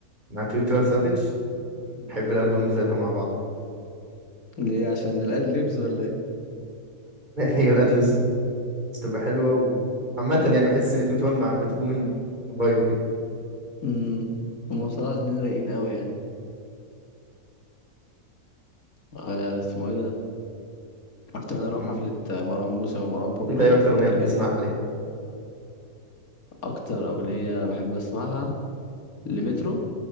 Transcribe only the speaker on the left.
ليه عشان الاد ليبز ولا ايه
امم هم بصراحه الاتنين رايقين قوي يعني آه، اسمه ايه ده احتمال اروح
حفله آه، مروان موسى ومروان بابلو
الجايه
اكتر اغنيه بحب اسمعها لمترو